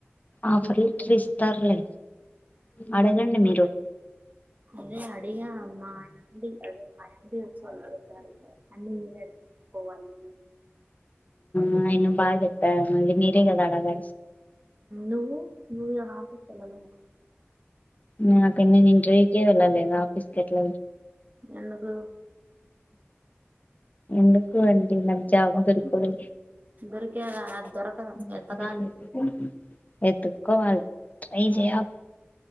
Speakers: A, on the left; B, on the right.
A: ఆఫర్ లెటర్ ఇస్తారులే అడగండి మీరు
B: అదే అడిగా అమ్మా నం అదే అమ్మా వచ్చారు అన్ని మీరే పోవాలి
A: ఉ ఆయన బాగాత్త మళ్ళీ మీరే గద అడగా
B: నువ్వు నువ్వు ఆఫీస్కి వెళ్ళలేవు
A: నా ఇంటర్వ్యూ కే ఎల్లలేద ఆఫిస్ కెట్ల
B: ఎందుకు
A: ఎందుకు అండి నాకు జాబ్ దొరకదు
B: దొరికేలా దొరక వెతకాలి
A: <unintelligible> వెతుక్కోవాలి హె జయ్ అగు